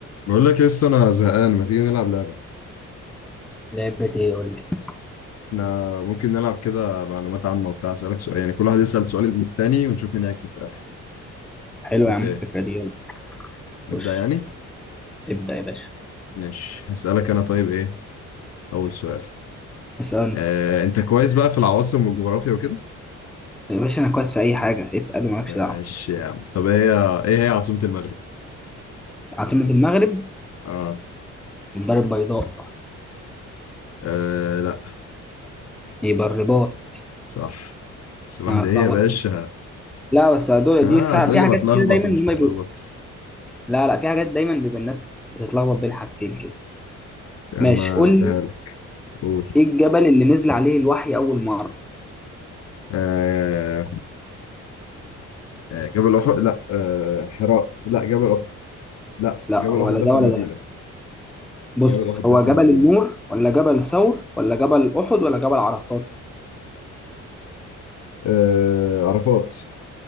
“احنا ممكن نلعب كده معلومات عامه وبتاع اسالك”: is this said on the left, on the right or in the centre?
Left